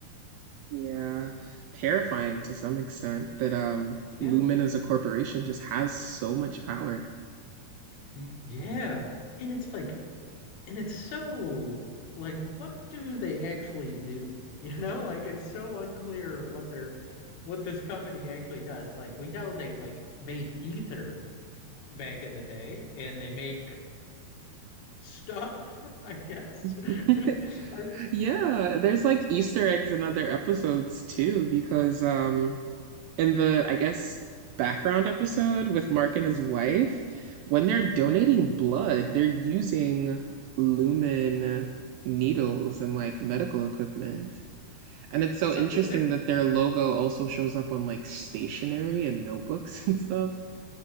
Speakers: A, on the right; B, on the left.
A: Yeah, terrifying to some extent that um
B: Yeah.
A: Lumen as a corporation just has so much power.
B: Yeah. And it's like and it's so like what do they actually do? <laughs> You know, like it's so unclear what they're what this company actually does. Like we know they like made ether, back in the day, and they make stuff, I guess.
A: <laughs>
B: <laughs> Are
A: Yeah, there's like Easter eggs in other episodes too, because um in the I guess background episode with Mark and his wife, when they're donating
B: Mhm.
A: blood, they're using lumen needles and like medical equipment. And it's so
B: so
A: interesting
B: th- they're
A: that their logo also shows up on like stationery and notebooks <laughs> and stuff.